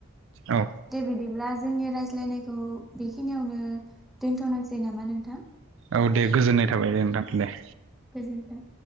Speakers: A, on the right (about 65°); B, in the centre.
A: औ
B: दे बिदिब्ला जोंनि रायज्लायनायखौ बेखिनियावनो दोनथ'नोसै नामा नोंथां?
A: औ दे गोजोननाय थाबाय दे नोंथां। दे।
B: गोजोन्थों।